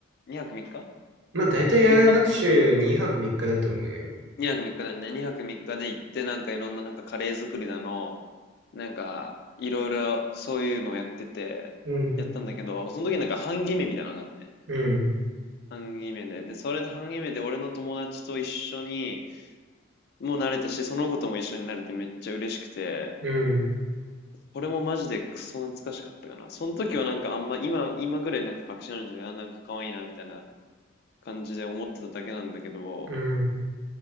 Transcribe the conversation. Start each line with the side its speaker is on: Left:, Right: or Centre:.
Left: 2泊3日
Right: まあ、大体野外学習2泊3日だと思うよ。
Left: ?1 泊 ?2 泊3日だよね。2泊3日で行って、なんかいろんななんかカレー作りだの、なんか、いろいろそういうのをやってて、
Right: うん、
Left: やったんだけど、その時なんか半決めみたいなのがあってね。
Right: うん、
Left: 半決めで。で、それで半決めで俺の友達と一緒に、もう慣れたし、その子とも一緒になれてめっちゃ嬉しくて、
Right: うん、
Left: これもマジでクソ懐かしかったかな。その時はなんかあんま、今、今ぐらいなんか確信あるんじゃないあ、なんか可愛いな、みたいな感じで思ってただけなんだけど、
Right: うん。